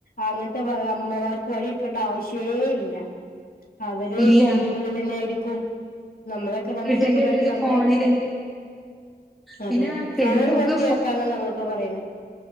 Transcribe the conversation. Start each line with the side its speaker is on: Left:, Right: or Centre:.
Left: ആങ്ങൻത്തെ അമ്മമാർക്ക് വടിട്ക്കെണ്ടാ ആവിശ്യേ ഇല്ല. അവര്
Centre: ഇല്ല
Left: വീട്ടുള്ളിലെന്നെ ആയിരിക്കും നമ്മളെ. ക്കെ നമ്മളെ
Centre: വീട്ടിന്റെ
Left: ചെറുപ്പകാലത്ത്
Centre: ഉള്ളില്
Left: നമ്മളെ
Centre: ഫോണില്
Left: ഒക്കെ.
Centre: പിന്നെ
Left: അതെ
Centre: പിന്നെ
Left: ഫോൺ
Centre: നോക്ക്
Left: നിർത്തി വെക്കാനാ നമ്മള് ഇപ്പ പറിണെ.